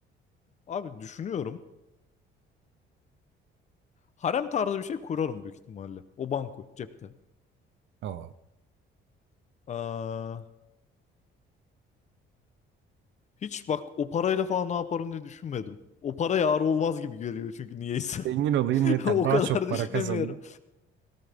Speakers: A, on the left; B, on the right.
A: Abi düşünüyorum. Harem tarzı bir şey kurarım büyük ihtimalle. O banko cepte.
B: Oo.
A: Aa, hiç bak o parayla falan ne yaparım diye düşünmedim. O para yar olmaz gibi geliyor çünkü niyeyse.
B: Zengin olayım
A: <laughs>
B: yeter.
A: O
B: Daha
A: kadar
B: çok
A: düşünemiyorum.
B: para kazanayım.